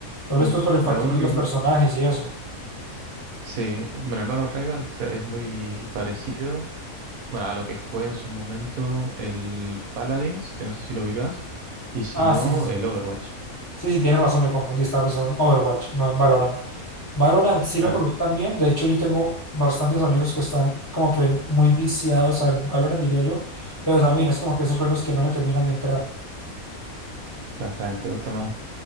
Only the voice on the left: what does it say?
Tal
vez pues por el factor
de
los
personajes y eso.
Ah,
sí, sí, sí.
Sí, sí, tienes razón, me confundí. Estaba pensando en Overwatch, no en Valorant. Valorant sí
lo probé también. De hecho, yo tengo bastantes amigos que están como que muy viciados al Valorant, diría yo. Pero también es como que esos juegos que no me terminan de entrar.